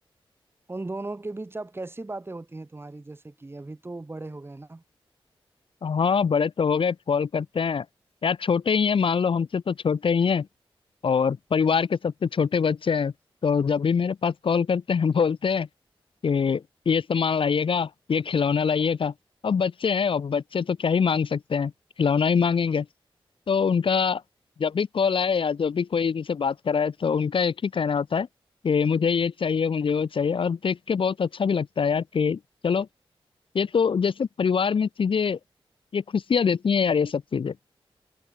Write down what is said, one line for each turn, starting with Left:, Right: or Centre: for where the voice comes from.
Right: उन दोनों के बीच अब कैसी बातें होती हैं तुम्हारी जैसे कि अभी तो बड़े हो गए ना
Left: हाँ बड़े तो हो गए कॉल करते हैं यार छोटे ही हैं मान लो हमसे तो छोटे ही हैं और परिवार के सबसे छोटे बच्चे हैं तो जब भी मेरे पास कॉल करते हैं <laughs> बोलते हैं कि ये सामान लाइएगा ये खिलौना लाइएगा अब बच्चे हैं और बच्चे तो क्या ही मांग सकते हैं खिलौना ही मांगेंगे तो उनका जब भी कॉल आए या जब भी कोई उनसे बात कराए तो उनका एक ही कहना होता है कि मुझे ये चाहिए मुझे वो चाहिए और देख के बहुत अच्छा भी लगता है यार कि चलो ये तो जैसे परिवार में चीजें ये खुशियां देती हैं यार ये सब चीजें